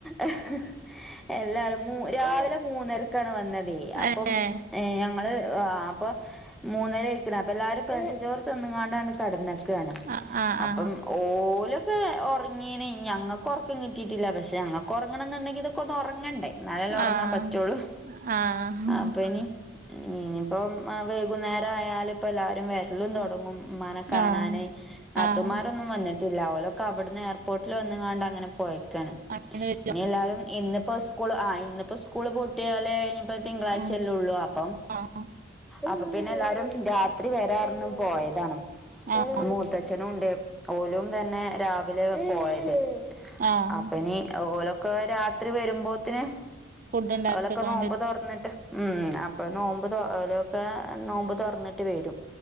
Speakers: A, in the centre; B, on the right (about 45°).
A: ഹ് എല്ലാരും മൂ രാവിലെ മൂന്നരക്കാണ് വന്നതേ.. അപ്പം
B: ഏഹ്
A: ഞങ്ങള് ആ അപ്പൊ മൂന്നരയിക്ക്‌ണ് അപ്പൊ എല്ലാരും പെൽച്ചച്ചോറ് തിന്നുകാണ്ടാണ്ട് കടന്ന് ക്കാണ്.
B: ആഹ് ആഹ്
A: അപ്പം ഓലൊക്കെ ഒർങ്ങീനി, ഞങ്ങൾക്ക് ഉറക്കം കിട്ടിയിട്ടില്ല പക് ഞങ്ങക്കൊർങ്ങണന്നുണ്ടെങ്കിൽ തൊക്കൊന്ന് ഉറങ്ങണ്ടേ എന്നാലെല്ലാ ഉറങ്ങാൻ
B: ആഹ്
A: പറ്റുള്ളൂ.
B: ആഹ്
A: അപ്പൊ ഇനി ഇനിയിപ്പം വൈകുന്നേരം ആയാല്‌പ്പം എല്ലാരും വെര്ലും തുടങ്ങും ഉമ്മാനെകാണാന്
B: ആഹ്
A: നാത്തൂന്മാരൊന്നും
B: ആഹ്
A: വന്നിട്ടില്ല, ഓലൊക്കെ അവിടുന്ന് എയർപോർട്ടിൽ വന്ന്ങ്ങാണ്ട് അങ്ങനെ പോയി പോയക്കാണ്.
B: അങ്ങനെ വരും
A: ഇനി എല്ലാരും ഇന്നിപ്പോ സ്കൂള് ആ ഇന്നിപ്പൊ സ്‌കൂള് പൂട്ടിയാലേ നിപ്പ തിങ്കളാഴ്ചല്ലെള്ളൂ
B: ആഹ്
A: അപ്പം
B: ആഹ്
A: അപ്പ പിന്നെ എല്ലാരും രാത്രി വരാർഞ്ഞ് പോയതാണ്.
B: ആഹ്
A: മൂത്തച്യ ളുണ്ട്. ഓലും തന്നെ രാവിലെ പോയത്
B: ആഹാ
A: അപ്പനി ഓലൊക്കെ രാത്രി വരുമ്പോത്തിന്
B: ഫുഡ് ഉണ്ടാക്കിക്കോണ്ട്
A: ഓലൊക്കെ നോമ്പ് തൊർന്നിട്ട് ഉം അപ്പൊ നോമ്പ് തൊ ഓലൊ ക്കെ നോമ്പ് തൊറന്നിട്ട് വരും.